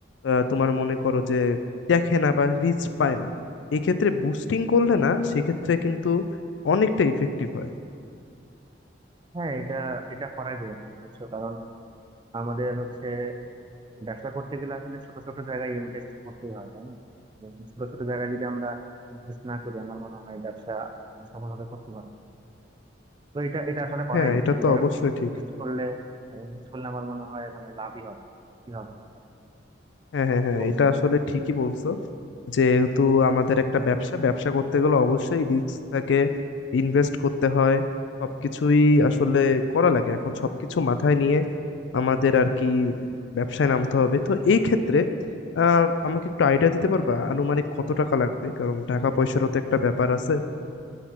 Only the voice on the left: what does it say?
আহ, তোমার মনে করো যে দেখে না বা রিচ পায় না এই ক্ষেত্রে বুস্টিং করলে না সেক্ষেত্রে কিন্তু অনেকটা ইফেক্টিভ হয়
হ্যাঁ
এটা
তো
অবশ্যই ঠিক
হ্যাঁ হ্যাঁ
হ্যাঁ
এটা
আসলে ঠিকই বলছো যেহেতু আমাদের একটা ব্যবসা ব্যবসা করতে গেলে অবশ্যই রিস্ক থাকে ইনভেস্ট করতে হয় সবকিছুই আসলে করা লাগে এখন সবকিছু মাথায় নিয়ে আমাদের আর কি ব্যবসায় নামতে হবে তো এই ক্ষেত্রে আহ আমাকে একটু আইডিয়া দিতে পারবা আনুমানিক কত টাকা লাগবে কারণ টাকা পয়সারও তো একটা ব্যাপার আছে